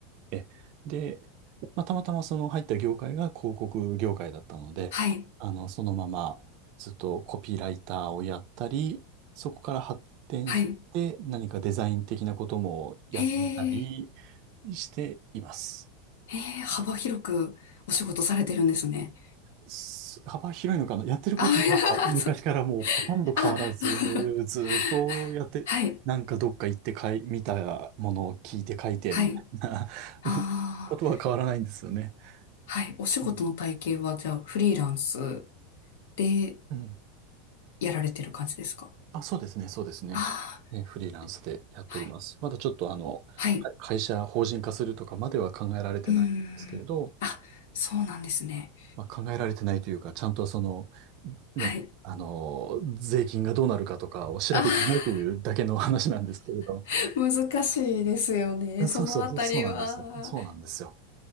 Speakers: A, on the right; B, on the left.
A: え、で、まあ、たまたまその入った業界が広告業界だったので、
B: はい、
A: あの、そのままずっとコピーライターをやったり、そこから発展して何かデザイン的なこともやってみたり
B: はい。へえ、
A: しています。
B: へえ、幅広くお仕事されてるんですね。
A: す幅広いのかなやってることは昔からもうほとんど変わらず、
B: あ、いや、そあ、
A: ずーっとやって、
B: <laughs> はい、
A: なんかどっか行ってかい、見たものを聞いて書いて、
B: はい。
A: みたいな
B: ああ、
A: <laughs> ことは変わらないんですよね。
B: はい。お仕事の体系はじゃあフリーランス
A: うん
B: で
A: うん。
B: やられてる感じですか
A: あ、そうですね、そうですね。
B: ああー、
A: え、フリーランスでやっております。
B: はい、
A: まだちょっとあの、
B: はい。
A: か会社法人化するとかまでは考えられてないんですけれど、
B: うーん。あ、そうなんですね。
A: まあ、考えられてないというか、ちゃんとその、ね、
B: はい。
A: あの、税金がどうなるかとかを調べてないというだけの話なんですけれど。
B: あ、<laughs> 難しいですよね。
A: そうそう、
B: そのあたりは、
A: そうなんですよ。そうなんですよ。